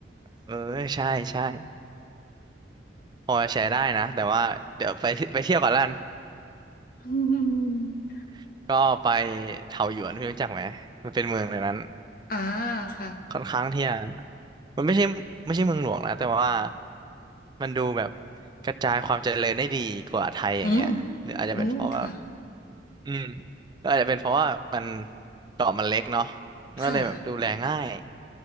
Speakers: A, on the right (about 25°); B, on the left (about 50°).
A: เออใช่ใช่พอแชร์ได้นะแต่ว่าเดี๋ยวไปไปเที่ยวก่อนละกัน
B: อืม
A: <laughs> ก็ไปเถาหยวนพี่รู้จักไหมมันเป็นเมืองในนั้น
B: <laughs> อ่าค่ะ
A: ค่อนข้างที่จะมันไม่ใช่ไม่ใช่เมืองหลวงนะแต่ว่ามันดูแบบกระจายความเจริญได้ดีกว่าไทยอย่างเงี้ยหรืออาจจะเป็นเพราะว่า
B: อืมอืมค่ะ
A: อืมก็อาจจะเป็นเพราะว่ามันเกาะมันเล็กเนาะมันก็เลยแบบดูแลง่าย
B: ค่ะ